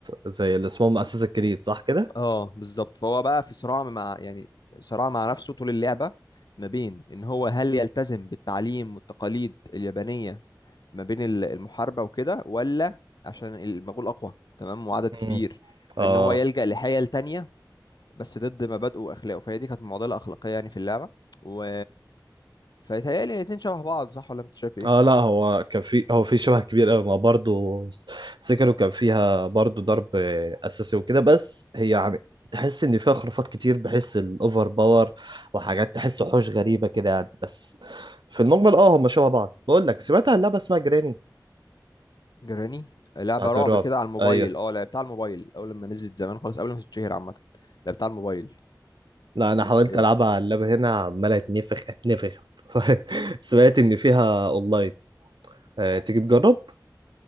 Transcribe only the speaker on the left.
اه بالظبط فهو بقى في صراع مع يعني صراع مع نفسه طول اللعبة ما بين ان هو هل يلتزم بالتعليم والتقاليد اليابانية ما بين ال- المحاربة وكده ولا عشان المغول اقوى تمام وعدد
كبير فان
هو يلجأ لحيل تانية بس ضد مبادئه واخلاقه فهي دي كانت معضلة اخلاقية يعني في اللعبة و فيتهيألي الاتنين شبه بعض صح ولا انت شايف ايه؟
جراني لعبة
رعب
كده على الموبايل
اه لعبتها على الموبايل اول لما نزلت زمان خالص قبل ما تتشهر عامة لعبتها على الموبايل
إيه.